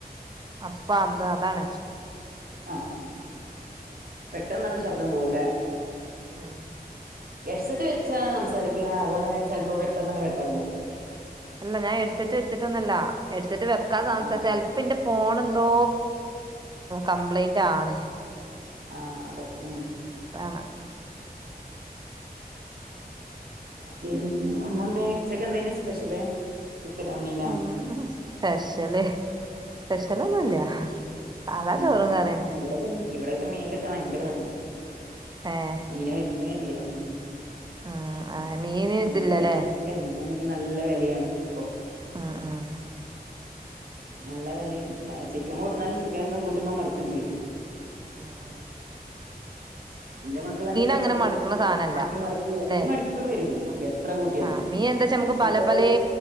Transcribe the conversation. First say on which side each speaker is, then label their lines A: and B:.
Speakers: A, on the right; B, on the right.
A: അപ്പൊ അത് അതാണ്
B: ആഹ് പെട്ടെന്നന്നെ ശബ്ദം പോവൂലേ
A: ആഹ്
B: ഹെഡ്സെറ്റ് വെച്ചാണ് സംസാരിക്കണെ അതാണ് ചിലപ്പോ പെട്ടെന്ന് തന്നെ കട്ടാവുന്നത്
A: അല്ല ഞാൻ ഹെഡ്സെറ്റ് വെച്ചട്ടൊന്നല്ല ഹെഡ്സെറ്റ് വകാതെ സംസാരിച
B: ആഹ്
A: ചെൽപെന്റെ ഫോണ് എന്തോ കംപ്ലയിന്റ് ആണ്
B: ആഹ് അതെ ഉം
A: അതാണ്
B: പിന്നെ ഒന്നു ഉച്ചെക്ക് എന്തായിനു സ്പെഷ്യല് ചിക്കനോ മീനോ
A: ഉം സ്പെഷ്യല് സ്പെഷ്യലൊന്നുല്ല സാധാ
B: ഉം
A: ചോറും കറിയന്നെ
B: ഇവിടൊക്കെ ഇവിടൊക്കെ മീൻ കിട്ടാൻ ഭയങ്കര പണിയാ
A: ഏഹ്
B: മീന് വരുന്നേ ഇല്ല ഉം
A: ആഹ് ആ മീന് ഇതില്ലല്ലേ
B: മീൻകാര് വരുന്നില്ല മീനാണെങ്കി നല്ല വിലയാണ് ഇപ്പൊ
A: ആഹ് ആഹ്
B: നല്ല വിലയും ചിക്കൻ കൂടുന്നാലും ചിക്കൻ എന്നും കൂട്ടുമ്പോ മടക്കും ചെയ്യും
A: ആഹ് ആഹ്
B: എന്റെ മക്കളാണെങ്കിൽ പച്ചക്കറി
A: അങ്ങനെ മടുക്കണ സാധനല്ല
B: ആ മീൻ മടുകൂല
A: ല്ലെ
B: മീൻ മടുപ്പേ വരുല മക്ക് എത്ര കൂട്ടിയാലും
A: ആഹ് മീൻ എന്താച്ചാ നമുക്ക്
B: ഇനിപ്പോ
A: പല
B: ഒരു
A: പലേ